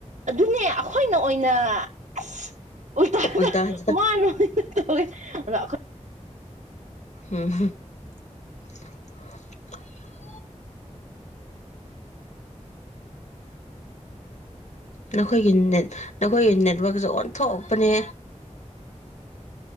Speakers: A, on the right; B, on the left.
A: ꯑꯗꯨꯅꯦ ꯑꯩꯈꯣꯏꯅ ꯑꯣꯏꯅ ꯑꯁ ꯎꯗ
B: ꯎꯜꯇꯥꯗ
A: ꯃꯥꯅ ꯑꯣꯏꯅ ꯇꯧꯋꯦ ꯑ
B: ꯍꯝ <unintelligible> ꯅꯈꯣꯏꯒꯤ ꯅꯠ ꯅꯈꯣꯏꯒꯤ ꯅꯦꯠꯋꯔꯥꯛꯛꯁꯦ ꯑꯣꯟꯊꯣꯛꯄꯅꯦ